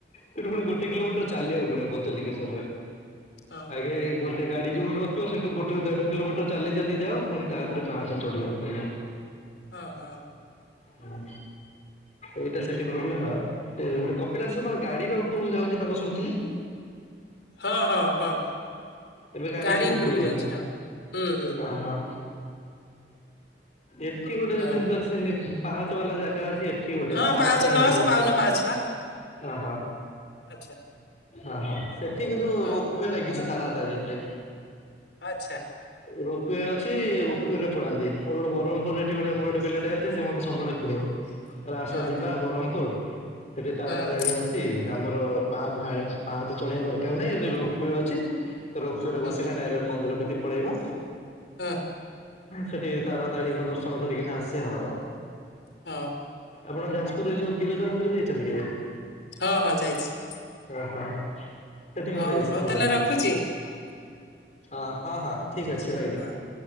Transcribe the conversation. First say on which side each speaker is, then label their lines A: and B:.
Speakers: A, on the left; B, on the left.
A: ସେଠୁ ପୁଣି ଗୋଟେ କିଲୋମିଟର ଚାଲିବାକୁ ପଡିବ ପଞ୍ଚଲିଙ୍ଗେଶ୍ୱରରେ,
B: ହଁ
A: ଆଗେ ଗୋ ସେ ଗାଡି ଯୋଉଠେ ରଖିବ ସେଠୁ ଗୋଟେରୁ ଦେଢ଼ କିଲୋମିଟର ଚାଲି ଚାଲି ଯାଅ ପୁଣି ତା ଉପରେ ପାହାଚ ଚଢି଼ବାକୁ ପଡ଼ିବ।
B: ହଁ, ହଁ।
A: ହଁ। ଏଇଟା ସେଠି ପ୍ରୋବ୍ଲେମ ଆଉ, ସେ ମାନେ କପିଳାସର କଣ ଗାଡି ବା ଉପରକୁ ଯାଉଛି ନା କଣ ଶୁଣିଥିଲି।
B: ହଁ, ହଁ, ହଁ।
A: ଏବେ ଗାଡ଼ି
B: ଗାଡି
A: ସବୁ
B: ଉପରକୁ
A: ଉପରୁକୁ ଗଲା,
B: ଯାଉଛି ହଁ। ହୁଁ ହୁଁ
A: ଅ ହ। ଏଠି ଗୋଟେ
B: ହଁ
A: ସେମିତି
B: ହଁ
A: ଅଛି ସେମତି ପାହାଚ ବାଲା ଜାଗା ଅଛି ଠିକ ଗୋଟେ
B: ହଁ
A: ତାରତାରିଣୀ
B: ପାହାଚ ନଅଶହ
A: <unintelligible>
B: ବାଉନ ପାହାଚ ପା
A: ଅ ହୋ
B: ଆଚ୍ଛା
A: ଅ ହ ସେଠି କିନ୍ତୁ
B: ହଁ
A: ରୋପୱେ
B: ହଁ
A: ଲାଗିଛି ତାରା ତାରାଣୀ ରେ।
B: ଆଛା।
A: ରୋପେ ଅଛି ରୋପେରେ ପଳାନ୍ତି ମୋର ଗୋଟେ ବ୍ରହ୍ମ ପୁରରେ ଏଠି ଗୋଟେ ମୋର ଗୋଟେ ପିଲା ଟେ ଅଛି ସେ ମତେ ସବୁବେଳେ କୁହେ। ତାହଲେ ଆସ
B: ହଁ
A: ଯିବା
B: ହଁ
A: ବ୍ରହ୍ମପୁର ସେଠି ତାରାତାରିଣୀ
B: ହଁ
A: ଅ ଆମର ପା ପାହା ପାହାଚ ଚଢ଼ିବା ଦରକାର ନାହିଁ ଏଢେ ରୋପିଓ ଅଛି। ତୋ ରୋପୱେରେ ବସିବା
B: ହଁ ହଁ
A: ଡାଇରେକ୍ଟ ମନ୍ଦିର କତି ପଳେଇବା।
B: ନା।
A: ସେଠି ତାରାତାରିଣୀଙ୍କ ଦର୍ଶନ କରିକିନା ଆସିବା।
B: ହଁ।
A: ଆପଣ ଯାଜପୁରରେ ଯୋଉ ବିରଜା ମନ୍ଦିର ଯାଇଛନ୍ତି କେବେ?
B: ହଁ ହଁ ଯାଇଛି।
A: ଅ ହଁ ସେଠି
B: ହଉ
A: ମୁଁ ଯାାଇଛି
B: ହଉ
A: ଥରେ
B: ତାହେଲେ
A: ଯାଇଛି।
B: ରଖୁଛି
A: ଅ ହଁ ହଁ ଠିକ ଅଛି ରହିଲି।
B: ହଁ।